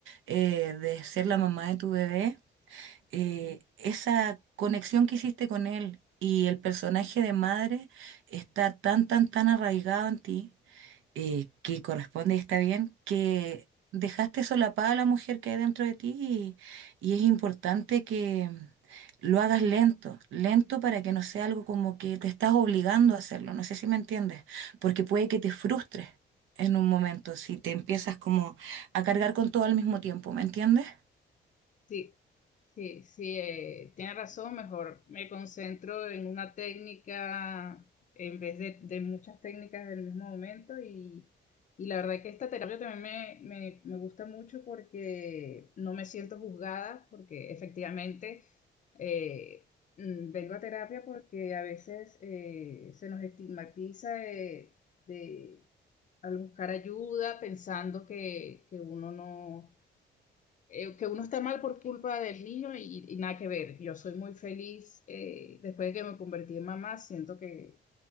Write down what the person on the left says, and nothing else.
Sí. Sí, sí, eh, tiene razón, mejor me concentro en una técnica en vez de, de muchas técnicas del mismo momento y, y la verdad que esta terapia también me, me, me gusta mucho porque no me siento juzgada, porque efectivamente eh, mm, vengo a terapia porque a veces eh, se nos estigmatiza eh, de, al buscar ayuda pensando que, que uno no eh, que uno está mal por culpa del niño y, y nada que ver. Yo soy muy feliz eh, después de que me convertí en mamá, siento que,